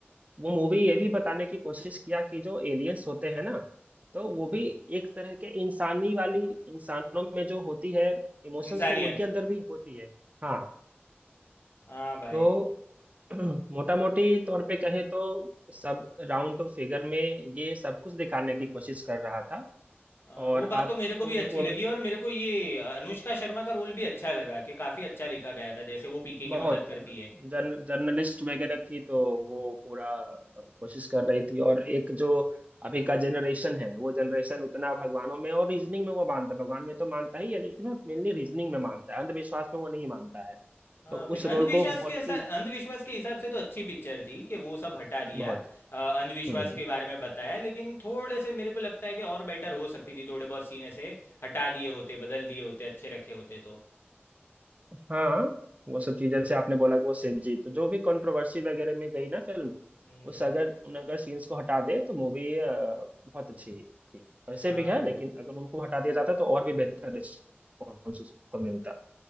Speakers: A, on the right; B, on the left.
A: वो मूवी ये भी बताने की कोशिश किया कि जो एलियंस होते हैं ना तो वो
B: हम्म।
A: भी एक तरह के इंसानी वाली इंसानों में जो होती है इमोशंस
B: इंसानियत
A: वो उनके अंदर भी होती है हाँ
B: हाँ भाई
A: तो <clears throat> मोटा मोटी तौर पे कहें तो सब राउंड फिगर में ये सब कुछ दिखाने की कोशिश कर रहा था
B: हाँ,
A: और
B: वो बात
A: आपको
B: तो मेरे को भी अच्छी
A: एक वो
B: लगी
A: भी
B: और मेरे को ये अनुष्का शर्मा का रोल भी अच्छा लगा कि काफी अच्छा लिखा गया था जैसे वो पीके की
A: बहुत
B: मदद करती है
A: जर्न, जर्नलिस्ट वगैरह थी
B: हाँ
A: तो
B: हाँ।
A: वो पूरा कोशिश कर रही थी और एक जो अभी का जनरेशन है वो जनरेशन उतना भगवानों में और रीजनिंग में वो मानता है भगवान में तो मानता ही है लेकिन वो मेनली रीजनिंग में मानता है अंधविश्वास में वो नहीं मानता है
B: हाँ
A: तो
B: भाई
A: उस
B: अंधविश्वास
A: रोल को बहुत
B: के ऐसा
A: ही
B: अंधविश्वास के हिसाब से तो अच्छी पिक्चर थी कि वो सब हटा दिया
A: बहुत
B: अ, अंधविश्वास
A: हम्म
B: के बारे में बताया लेकिन थोड़े से मेरे को लगता है कि और बेटर हो सकती थी थोड़े बहुत सीन ऐसे हटा दिए होते बदल दिए होते अच्छे रखे होते तो
A: हाँ वो सब चीज जैसे आपने बोला कि वो शिव जी तो जो भी कंट्रोवर्सी वगैरह में गई ना फिल्म
B: हम्म
A: उस
B: हम्म।
A: अगर उन अगर सीन्स को हटा दे तो मूवी बहुत अच्छी थी वैसे
B: हाँ
A: भी है
B: भाई
A: लेकिन अगर उनको हटा दिया जाता तो और भी बेहतर रिस्पॉन्स उसको मिलता